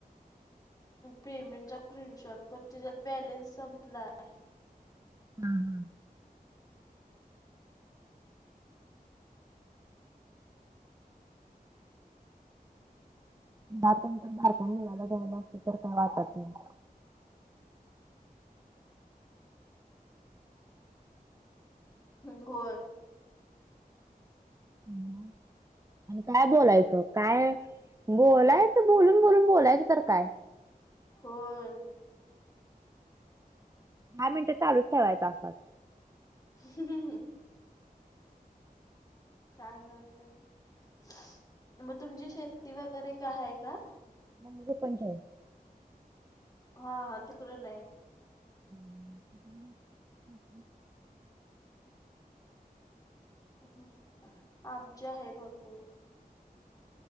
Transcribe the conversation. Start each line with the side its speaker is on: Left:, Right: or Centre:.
Left: पेमेंटचा स्क्रीनशॉट पण त्याच्यात बॅलेन्स संपलाय
Right: हम तर मिळाला जायला असते तर काय वाटत नाही
Left: होय
Right: हम् आणि काय बोलायचं काय बोलायचं बोलून बोलून बोलायचं तर काय
Left: होय
Right: दहा मिनिटं चालूच ठेवायच असात
Left: हम् ह चायलस मग तुमची शेती वगैरे काय हाय का
Right: मग पंचायत
Left: हा हा तिकडे नाही
Right: हम्म आप
Left: हम् आमचे आहे भरपूर